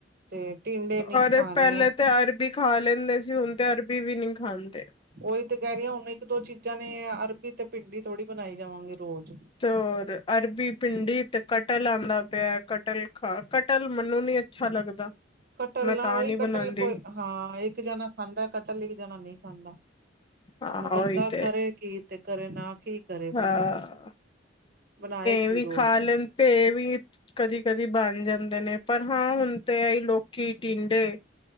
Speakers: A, on the right (about 55°); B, on the left (about 25°).
A: ਤੇ ਟਿੰਂਡੇ ਨੀ
B: ਔਰ
A: ਖਾਣੇ।
B: ਪਹਿਲੇ ਤੇ ਅਰਬੀ ਖਾ ਲੈਂਦੇ ਸੀ। ਹੁਣ ਤੇ ਅਰਬੀ ਵੀ ਨੀ ਖਾਂਦੇ।
A: ਉਹੀ ਤੇ ਕਹਿ ਰਹੀਆਂ। ਹੁਣ ਇੱਕ- ਦੋ ਚੀਜ਼ਾਂ ਨੇ, ਅਰਬੀ ਤੇ ਭਿੰਡੀ ਥੋੜ੍ਹੀ ਬਣਾਈ ਜਾਵਾਂਗੇ ਰੋਜ਼।
B: ਤੇ ਅਰਬੀ, ਭਿੰਡੀ ਤੇ ਕਟਲ ਆਉਂਦਾ ਪਿਆ। ਕਟਲ ਖਾ ਕਟਲ ਮਨੂੰ ਨੀ ਅੱਛਾ ਲੱਗਦਾ।
A: ਕਟਲ
B: ਮੈਂ
A: ਨਾ
B: ਤਾਂ
A: ਉਹੀ
B: ਨਹੀਂ ਬਣਾਉਂਦੀ
A: ਕਟਲ ਕੋਈ ਹਾਂ। ਇੱਕ ਜਾਣਾ ਖਾਂਦਾ ਕਟਲ, ਇੱਕ ਜਾਣਾ ਨਹੀਂ ਖਾਂਦਾ।
B: ਹਾਂ
A: ਉਹਨੂੰ ਬੰਦਾ
B: ਉਹੀ ਤੇ
A: ਕਰੇ ਕੀ ਤੇ ਘਰੇ ਨਾ ਕੀ। ਕਰੇ ਬੰਦਾ
B: ਹਾਂ।
A: ਦੱਸੋ
B: ਤੇ
A: ਬਣਾਏ ਕੀ
B: ਭੈ ਵੀ
A: ਰੋਜ਼
B: ਖਾ ਲੈਣ ਦੇ ਤੇ ਭੈ ਵੀ ਕਦੀ- ਕਦੀ ਬਣ ਜਾਂਦੇ ਨੇ, ਪਰ ਹਾਂ ਹੁਣ ਤੇ ਆਈ ਲੋਕੀ ਟਿੰਡੇ